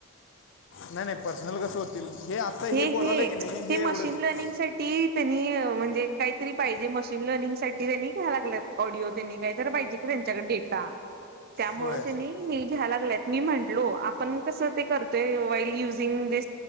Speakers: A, on the left; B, on the right.
A: नाही नाही पर्सनल कसं होतील? आत्ता
B: हे
A: बोलाले
B: हे
A: की नाही
B: हे मशीन
A: एवढंच
B: लर्निंगसाठी त्यांनी म्हणजे काहीतरी पाहिजे मशीन लर्निंग साठी त्यांनी घ्या लागल्यात ऑडिओ त्यांनी काहीत पाहिजे क त्यांच्याकडे डेटा त्यामुळे
A: होय
B: त्यांनी हे घ्या लागल्यात. मी म्हटलो आपण कस ते करतोय मोईल युिंगऍ